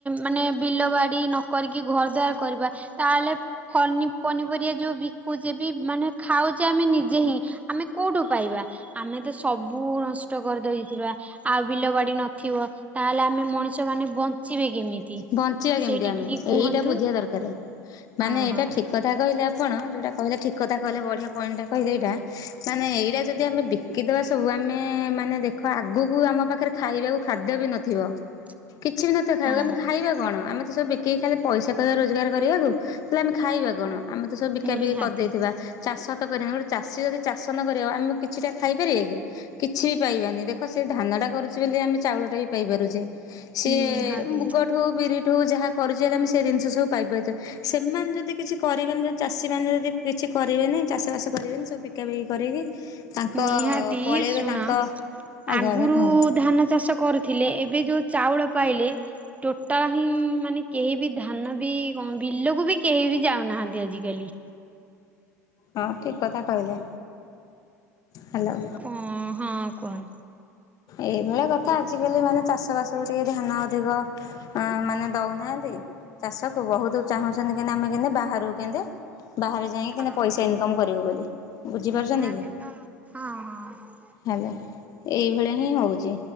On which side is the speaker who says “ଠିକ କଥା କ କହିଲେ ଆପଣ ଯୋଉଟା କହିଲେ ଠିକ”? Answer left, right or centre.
Left